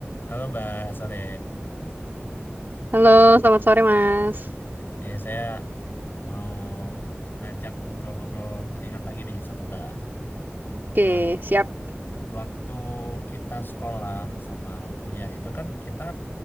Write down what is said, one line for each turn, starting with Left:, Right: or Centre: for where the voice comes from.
Left: Halo Mbak, sore.
Right: Halo, selamat sore Mas.
Left: Nih, saya mau ngajak ngobrol-ngobrol ringan lagi nih sama Mbak.
Right: Oke,
Left: Nah,
Right: siap.
Left: waktu kita sekolah sama kuliah itu kan kita